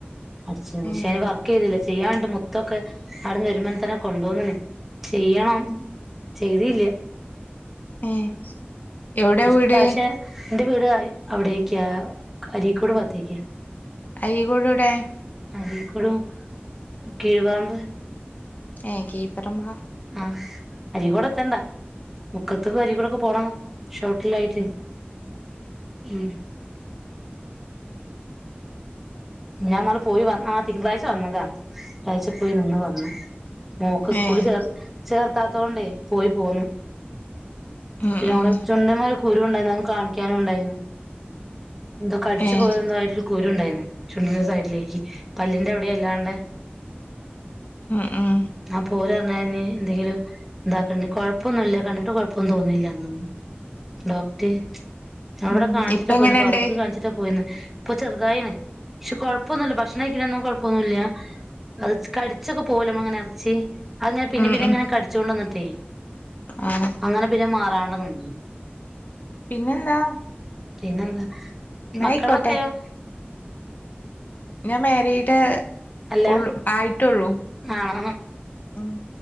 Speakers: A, in the centre; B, on the left.
A: അടിച്ചന്ന്
B: ഏഹ്
A: പക്ഷെ അയിന് വർക്ക് ചെയ്തില്ല ചെയ്യാണ്ട് മുത്തൊക്കെ അവിടുന്ന് വരുമ്പോ തന്നെ കൊണ്ടോന്ന്ണ് ചെയ്യണം ചെയ്തില്ല
B: ഏഹ് എവിടെയാ
A: ഇഷ്ട
B: വീട്
A: പക്ഷെ എന്റെ വീട് അവിടേക്കാ അരീക്കോട് ഭാത്തേക്കാ
B: അരീക്കോട് എവിടെ
A: അരികോട് കീഴ്‌ പറമ്പ്
B: ഏഹ് കീഴ്‌പറമ്പാ
A: ആഹ അരീക്കോടെത്തണ്ട മുക്കത്തിന്ന് അരിക്കൂടെ ഒക്കെ പോണ ഷോട്ടിലായിട്ട് ഉം ഞാൻ ഇന്നാള് പോയി വന്ന ആഹ് തിങ്കളാഴ്ച വന്നതാ തിങ്കളാഴ്ച പോയി നിന്ന് വന്ന് മോക്ക് സ്കൂളി
B: ഏഹ്
A: ചേർ ചേർത്താത്തോണ്ടേ പോയി പോന്നു
B: ഉം
A: പിന്നെ
B: ഉം
A: ഓളെ ചുണ്ട്മ്മെ ഒരു കുരു ഉണ്ടായിര്ന്നു അതും കാണിക്കാനും ഇണ്ടായിരുന്നു എന്തോ കടിച്ചു
B: ഏഹ്
A: പോയെന്തോ ആയിട്ടൊരു കുരു ഇണ്ടേന്ന് ചുണ്ടിന്റെ സൈഡിലേക്ക് പല്ലിന്റെ അവിടേം അല്ലാണ്ടെ
B: ഉം ഉം
A: അപ്പൊ ഓരറിഞ്ഞ് അയിനി എന്തെങ്കിലും ഇന്താക്കണ്ടെ കൊഴപ്പമൊന്നും ഇല്ല കണ്ടിട്ട് കുഴപ്പൊന്നും തോന്ന്ണില്ല പറഞ്ഞ് ഡോക്ടർ ഞാൻ ഇവിടെ
B: ഉം
A: കാണിച്ചിട്ടാ
B: ഇപ്പ എങ്ങനെണ്ട്
A: പോയിന്ന് ഫറൂഖ് കാണിച്ചിട്ടാ പോയിന്ന് ഇപ്പൊ ചെറുതായിണ് പക്ഷെ കുഴപ്പൊന്നുമില്ല ഭക്ഷണം കഴിക്കണെനൊന്നും കുഴപ്പൊന്നുമില്ല അത് കടിച്ചൊക്കെ പോവുലെ നമ്മ ഇങ്ങനെ ഇറച്ചി അത്‌ ഇങ്ങനെ പിന്നെം
B: ഉം
A: പിന്നെം
B: ഉം
A: ഇങ്ങനെ കടിച്ചോണ്ട് നിന്നിട്ടേ
B: ആഹ്
A: അങ്ങനെ പിന്നെ മാറാണ്ട് നിന്നു
B: പിന്നെന്താ
A: പിന്നെന്താ
B: എന്നാ
A: മക്കളൊക്കെയൊ
B: ആയിക്കോട്ടെ ഞാൻ മാരീഡ്
A: അല്ല
B: ഒള്ളു ആയിട്ടുള്ളൂ
A: ആണോ
B: ഉം